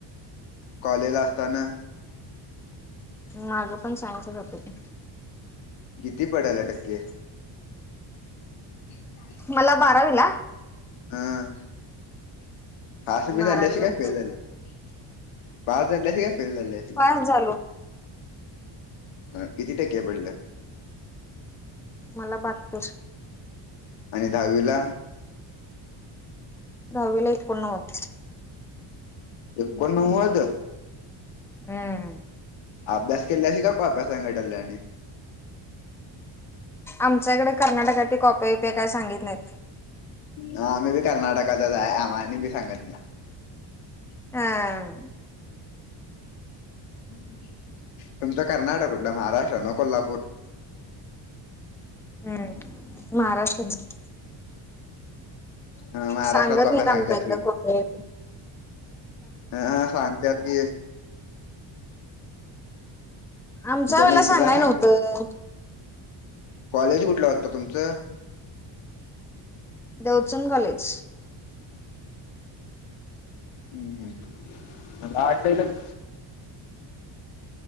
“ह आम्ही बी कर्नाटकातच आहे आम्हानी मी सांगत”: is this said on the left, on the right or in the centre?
Left